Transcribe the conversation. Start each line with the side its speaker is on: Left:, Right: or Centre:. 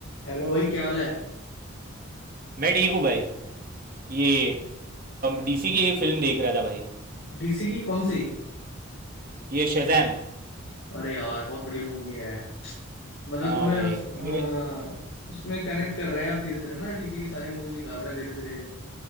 Left: Hello भाई क्या हाल है
Right: मैं ठीक हूँ भाई ये डीसी की एक फिल्म देख रहा था भाई
Left: डीसी की कौन सी
Right: ये शज़ैम
Left: अरे यार बहुत बढ़िया मूवी है मतलब
Right: हाँ
Left: तुम्हें
Right: भाई
Left: उस, अ,
Right: मेरे
Left: उसमें कनेक्ट कर रहे हैं आप धीरे धीरे ना डीसी की सारी मूवीज निकाल रहे हैं धीरे धीरे